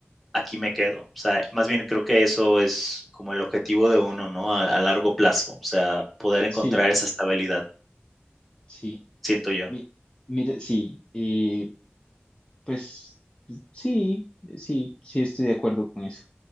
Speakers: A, in the centre; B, on the left.
A: aquí me quedo. O sea, más bien creo que eso es como el objetivo de uno, ¿no? A, a largo plazo, o sea, poder encontrar
B: Sí,
A: esa estabilidad,
B: sí.
A: siento yo.
B: Mi- mira, sí, eh, pues sí, sí, sí estoy de acuerdo con eso.